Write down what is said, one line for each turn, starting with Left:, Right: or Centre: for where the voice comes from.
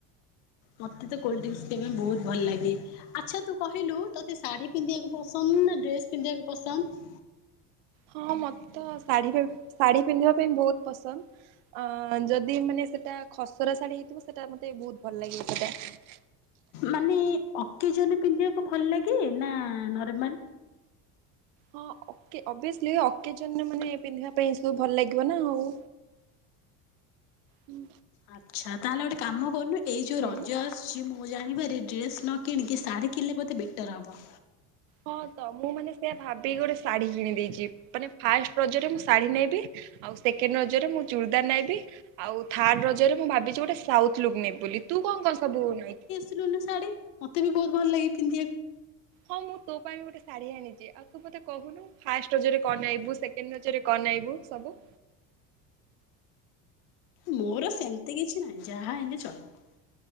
Left: ମତେ ତ କୋଲଡ୍ରିଙ୍କସ୍ ପାଇିବାବା ପାଇଁ ବହୁତ୍ ଭଲ୍ ଲାଗେ। ଆଚ୍ଛା ତୁ କହିଲୁ ତୋତେ ଶାଢ଼ୀ ପିନ୍ଧିବାକୁ ପସନ୍ଦ ନା ଡ୍ରେସ୍ ପିନ୍ଧିବାକୁ ପସନ୍ଦ?
Right: ହଁ ମତେ ତ ଶାଢ଼ୀ-ଶାଢ଼ୀ ପିନ୍ଧିବା ପାଇଁ ବହୁତ୍ ପସନ୍ଦ। ଆ ଯଦି ମାନେ ସେଟା ଖସରା ଶାଢୀ ହେଇଥିବ, ସେଟା ମତେ ବହୁତ୍ ଭଲ ଲାଗିବ ସେଇଟା।
Left: ମାନେ ଅକେଜନ ପିନ୍ଧିବାକୁ ଭଲ ଲାଗେ ନା ନର୍ମାଲ
Right: ହଁ ଅବ୍ୟସ୍ଲି ଅକେଜନ ମାନେ ପିନ୍ଧିବା ପାଇଁ ସବୁ ଭଲ ଲାଗିବ ନା ଆଉ ହୁଁ
Left: ଆଚ୍ଛା ତାହେଲେ ଗୋଟେ କାମ କରୁନୁ ଏଇ ଯୋଉ
Right: ହୁଁ।
Left: ରଜ ଆ ମୁଁ ଜାଣିବାର ଡ୍ରେସ ନ କିଣିକି ସାଢେ କିଣିଲେ ବୋଧେ ବେଟର ହବ।
Right: ହଁ ତ ମୁଁ ମାନେ ସେଆ ଭାବିକି ଗୋଟେ ଶାଢ଼ୀ କିଣିଦେଇଛି। ମାନେ ଫାଷ୍ଟ ରଜରେ ମୁଁ ଶାଢୀ ନେବି ଆଉ ସେକେଣ୍ଡ ରଜରେ ମୁଁ ଚୁଡ଼ିଦାର ନେବି। ଆଉ ଥାର୍ଡ ରଜରେ ମୁଁ ଭାବିଛି ଗୋଟେ ସାଉଥ ଲୁକ୍ ନେବି ବୋଲି ତୁ କଣ କଣ ସବୁ ନଇ?
Left: ଶାଢୀ ମତେ ବି ବହୁତ ଭଲ ଲାଗେ ପିନ୍ଧିବାକୁ।
Right: ହଁ ମୁଁ ତୋ ପାଇଁ ବି ଗୋଟେ ଶାଢ଼ୀ ଆଣିଛି ଆଉ ତୁ ମତେ କହୁନୁ ଫାଷ୍ଟ ରଜରେ କଣ ନାଇବୁ ସେକଣ୍ଡ ରାଜରେ କନେଇବୁ ସବୁ
Left: ମୋର ସେମିତି କିଛି ନାହିଁ ଯାହା ହେଲେ ଚଳିବ।